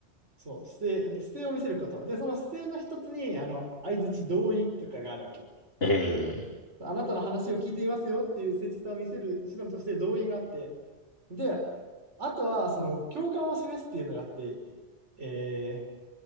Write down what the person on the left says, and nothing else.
うーん、